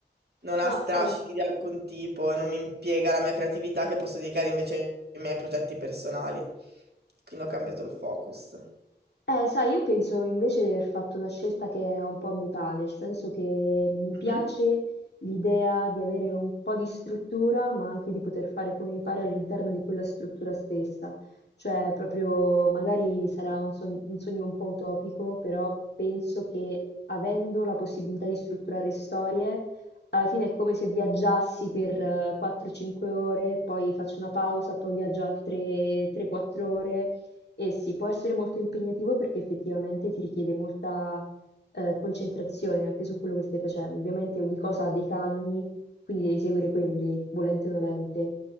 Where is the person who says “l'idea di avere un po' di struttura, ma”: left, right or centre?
Left